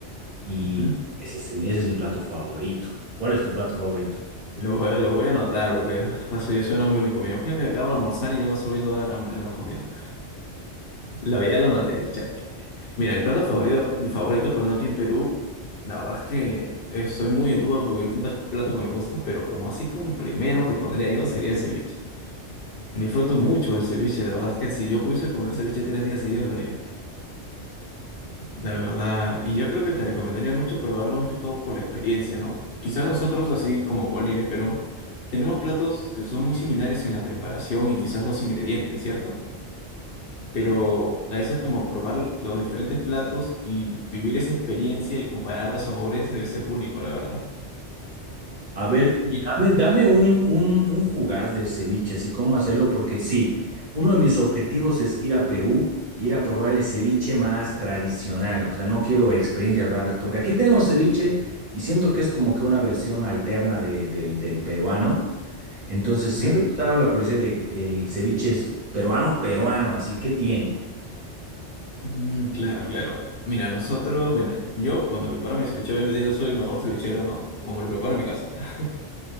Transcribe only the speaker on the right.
y
ese es, ese es mi plato favorito. ¿Cuál es tu plato favorito?
A ver,
dame, dame un, un, un fugaz del ceviche, así cómo hacerlo, porque sí, uno de mis objetivos es ir a Perú, ir a probar el ceviche más tradicional, o sea, no quiero experiencias raras, porque aquí tenemos ceviche y siento que es como que una versión alterna de- del, del peruano, entonces siempre
me ha dado la curiosidad de el ceviche es peruano, peruano, así, ¿qué tiene?